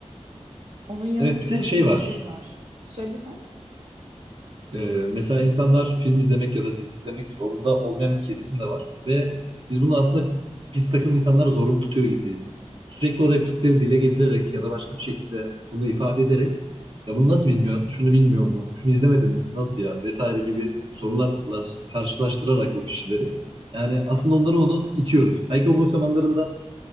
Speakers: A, on the right (about 65°); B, on the right (about 50°).
A: Onun yanı
B: Evet
A: sıra
B: bir de
A: mesela
B: şey var.
A: şey var. Söylesen.
B: Ee, mesela insanlar film izlemek ya da dizi izlemek zorunda olmayan bir kesim de var. Ve biz bunu aslında biz takım insanları zorunlu tutuyor gibiyiz. Sürekli o replikleri dile getirerek ya da başka bir şekilde bunu ifade ederek ya bunu nasıl bilmiyorsun, şunu bilmiyor mu, şunu izlemedin mi, nasıl ya vesaire gibi sorularla karşılaştırarak o kişileri. Yani aslında onları onu itiyoruz. Belki o boş zamanlarında